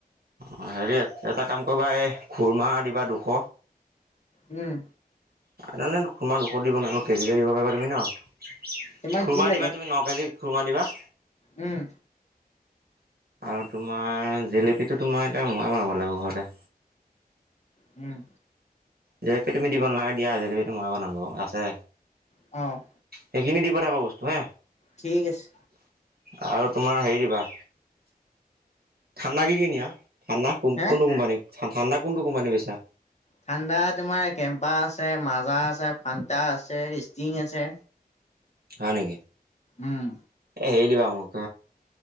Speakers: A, on the right (about 80°); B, on the left (about 45°).
A: অ হেৰি এটা কাম কৰিবা এই খুৰমাহ দিবা দুশ।
B: উম।
A: নাই নাই খুুৰমা দুশ দিব নাই কেজিকৈ দিব পাৰিবা তুমি ন?
B: তোমাক
A: খুৰমা
B: যি লাগে
A: দিবা তুমি ন কেজি। খুৰমা দিবা।
B: উম।
A: আৰু তোমাৰ জেলেপীটো তোমাৰ এতিয়া মইয়ে বনাব লাগিব ঘৰতে।
B: উম।
A: জেলেপী তুমি দিব নালাগে দিয়া জেলেপিটো মই বনাম বাৰু আছে।
B: অ'।
A: সেইখিনি দি পঠাবা বস্তু হে।
B: ঠিক আছে।
A: আৰু তোমাৰ হেৰি দিবা ঠাণ্ডা কি কি নিয়া ঠাণ্ডা
B: হা
A: কোনটো কোম্পানী ঠাণ্ডা কোনটো কোম্পানী বেচা?
B: ঠাণ্ডা তোমাৰ কেম্পা আছে, মাজা আছে, ফান্তা আছে, ষ্টিং আছে।
A: হয় নেকি?
B: উম,
A: এ হেৰি দিবা মোক